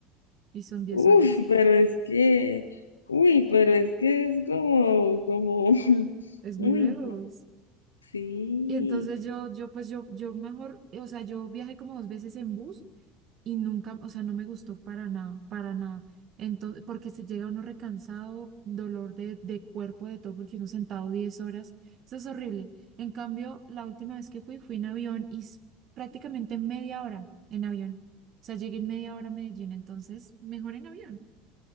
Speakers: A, on the right (about 40°); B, on the left (about 75°).
A: y son 10
B: ¡Uf!
A: horas.
B: pero es que, uy, pero es que es como, como, <laughs>
A: Es
B: uy,
A: muy lejos.
B: no, sí.
A: Y entonces yo, yo pues yo, yo mejor, eh, o sea, yo viajé como dos veces en bus y nunca, o sea, no me gustó para nada, para nada. Entonces, porque se llega uno recansado, dolor de, de cuerpo, de todo, porque uno sentado 10 horas, eso es horrible. En cambio, la última vez que fui, fui en avión y s- prácticamente media hora en avión. O sea, llegué en media hora a Medellín, entonces mejor en avión.